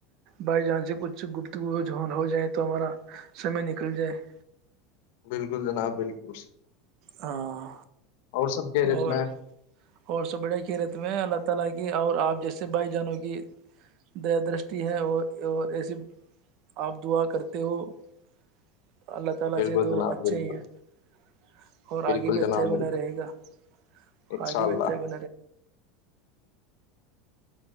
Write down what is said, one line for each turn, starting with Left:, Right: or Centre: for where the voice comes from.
Right: بائی جان سے کچھ گپ <unintelligible> تو وہ ج ہو جائے تو ہمارا سمے نکل جائے <unintelligible>
Left: بالکل جناب بالکل <unintelligible>
Right: ہاں
Left: اور سب کے ریت
Right: اور
Left: میں <unintelligible>
Right: <unintelligible> <unintelligible>
Left: بالکل جناب بالکل بالکل جناب بالکل ان
Right: بگی
Left: شاء
Right: وچن
Left: اللہ
Right: <unintelligible>